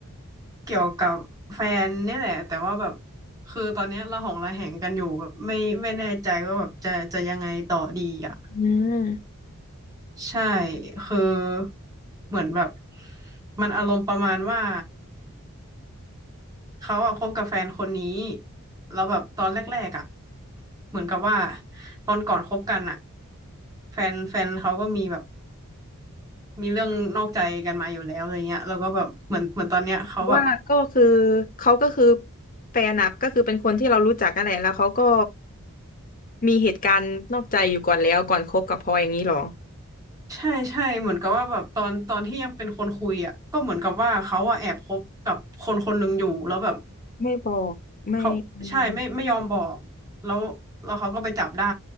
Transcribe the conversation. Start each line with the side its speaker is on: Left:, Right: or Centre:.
Right: เกี่ยวกับแฟนเนี่ยแหละแต่ว่าแบบคือตอนเนี้ยเราหองระแหงกันอยู่แบบไม่ไม่แน่ใจว่าแบบจะจะยังไงต่อดีอ่ะ
Left: อืม
Right: ใช่คือเหมือนแบบมันอารมณ์ประมาณว่า เขาอะคบกับแฟนคนนี้แล้วแบบตอนแรกๆอะเหมือนกับว่าตอนก่อนคบกันอะแฟนแฟนเขาก็มีแบบมีเรื่องนอกใจกันมาอยู่แล้วอะไรเงี้ยแล้วก็แบบเหมือนเหมือนตอนเนี้ยเขาแบบ
Left: ว่าก็คือเขาก็คือแฟนอะก็คือเป็นคนที่เรารู้จักกันแหละแล้วเขาก็มีเหตุการณ์นอกใจอยู่ก่อนแล้วก่อนคบกับพลอยอย่างนี้หรอ
Right: ใช่ใช่เหมือนกับว่าแบบตอนตอนที่ยังเป็นคนคุยอะก็เหมือนกับว่าเขาอะแอบคบกับคนคนหนึ่งอยู่แล้วแบบ
Left: ไม่บอกไม่อืม
Right: เขาใช่ไม่ไม่ยอมบอกแล้วแล้วเขาก็ไปจับได้